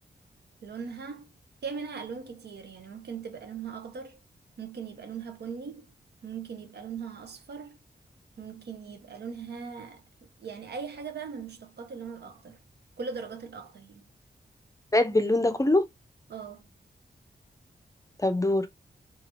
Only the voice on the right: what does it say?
لونها فيها منها ألوان كتير يعني ممكن تبقى لونها أخضر ممكن يبقى لونها بني ممكن يبقى لونها أصفر ممكن يبقى لونها يعني أي حاجة بقى من مشتقات اللون الأخضر كل درجات الأخضر يعني
اه